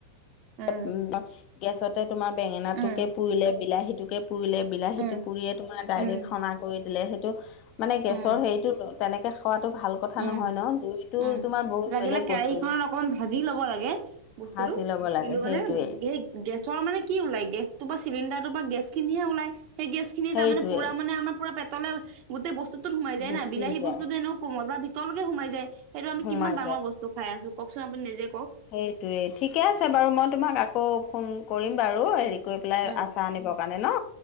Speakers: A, on the right (about 45°); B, on the left (about 40°).
A: উম
B: তে গেছতে তোমাৰ বেঙেনাটোকে
A: উম
B: পুৰিলে বিলাহীটোকে পুৰিলে। বিলাহীটো
A: উম
B: পুৰিয়ে তোমাৰ ডাইৰেক্ট
A: উম
B: সনা কৰি দিলে সেইটো মানে গেছৰ
A: উম
B: হেৰিটো। তেনেকৈ খোৱাটো ভাল। কথা
A: উম
B: নহয় ন জুইটো
A: উম
B: তোমাৰ বহুত
A: লাগিলে
B: বেলেগ
A: কেৰাহিখনত
B: বস্তু
A: অকমান ভাজি ল'ব লাগে।
B: সাজি
A: বস্তুটো
B: ল'ব লাগে
A: কিন্তু
B: সেইটোৱে
A: মানে সেই গেছৰ মানে কি ওলাই গেছটো বা চিলিণ্ডাৰটো বা গেছ খিনিহে ওলাই সেই গেছ। খিনি
B: সেইটোৱে
A: তাৰমানে পুৰা মানে আমাৰ পৰা পেটলে গোটে বস্তুতোত সোমায় যায়
B: গুচি
A: না বিলাহী
B: যায়
A: বস্তুটো এনেকুৱা। কোমল বা ভিতৰলৈ কে সোমাই যায় সেইটো আমি
B: সোমাই
A: কিমান ডাঙৰ বস্তু খাই আছো কওকচোন আপুনি নিজে কওক।
B: সেইটোৱেই ঠিকে আছে বাৰু মই তোমাক আকৌ ফোন কৰিম বাৰু হেৰি কৰি। ওলাই
A: উম,
B: আচাৰ আনিবৰ কাৰণে ন